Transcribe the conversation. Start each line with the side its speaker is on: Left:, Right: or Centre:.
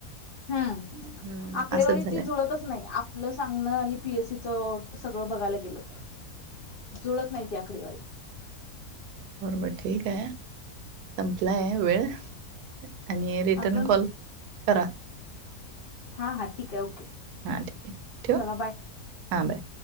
Left: हम्म
Right: हम्म
Left: आकडेवारी
Right: असंच झालंय
Left: ती जुळतच नाही. आपलं सांगणं आणि पीएससी च सगळं बघायला गेलं तर जुळत नाही ती आकडीवारी.
Right: बरोबर ठीक आहे संपलाय वेळ. आणि रिटर्न
Left: अजून
Right: कॉल करा.
Left: हा हा ठीक आहे ओके
Right: हां ठीक आहे ठेवू
Left: चला बाय.
Right: हां बाय.